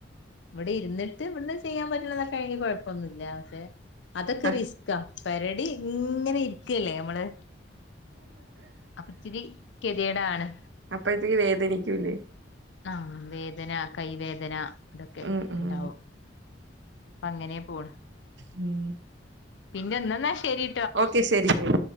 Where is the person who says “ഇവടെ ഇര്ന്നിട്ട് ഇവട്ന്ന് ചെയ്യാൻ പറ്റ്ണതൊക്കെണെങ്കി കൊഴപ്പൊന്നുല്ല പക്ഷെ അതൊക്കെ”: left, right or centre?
Left